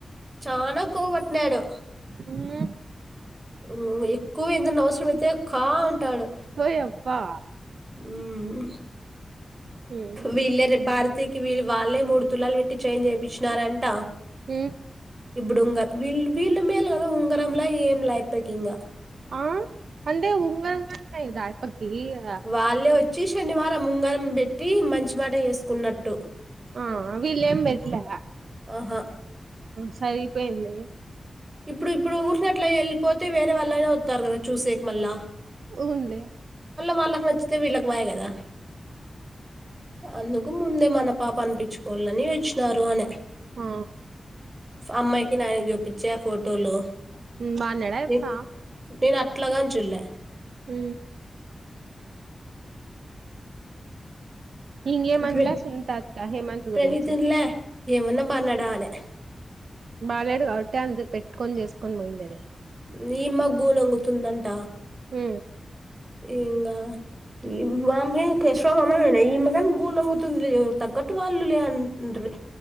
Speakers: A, on the right; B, on the right.
A: చాన కొవ్ బట్ న్యాడు.
B: ఉమ్
A: ఉం ఎక్కువ ఏందన్న అవసరం అయితే కాఅంటాడు
B: ఓయబ్బా
A: ఉ
B: ఉమ్
A: వీళ్ళరి భారత్ కి వీ వాళ్ళే మూడు తులాలు పెట్టి చైను చేపించినరుఅంట
B: ఏ
A: ఇప్పుడు ఉంగారు వీళ్ వీళ్ళు మేల్ కదా ఉంగరమ్లా ఏం లేయితకీం గల
B: ఆ అంటే ఉంగరం అంత ఇదాయ్ ఈ ఇగ
A: వాళ్ళే వచ్చి శనివారం ఉంగరం పెట్టి మంచి మాట చేసుకున్నట్టు
B: ఆ వీళ్ళేం పెట్టాలా ఇక
A: ఆహా
B: సరిపోయింది
A: ఇప్పుడు ఇప్పుడు ఊరిసినట్ల వెళ్ళిపోతే వేరే వాళ్ళయినా వత్త తారు కదా చూసేక మళ్ళ
B: ఊన్లే
A: వాళ్ళకు నచ్చితే వీళ్ళకు కు కదా అందుకు ముందే మన పాప అనిపించుకోవాలని వచ్చి నారువానే
B: ఆ
A: అమ్మాయికి నా చూపించే ఆ ఫోటోలు
B: బాన్నడ య్
A: నే
B: ప్పా
A: నేను అట్లాగా న్ చుల్లే
B: హ హింగేమన్ల
A: ప్ర
B: సుంత అత్త హేమంత్
A: ప్రణీతున్లే
B: గురించి
A: ఏమన్నా బన్నాడా అనే
B: బాలాడు గటే అందు పెట్ కొని చేసుకొని పోయిందది
A: నిీమగ్గుూ నంగుతుందంట
B: హ
A: ఇంకా ఈ మామె కషో మామనా ఈమెకని గూంగుతుంది తగ్గటు వాళ్ళు లే అని ఉండ్రి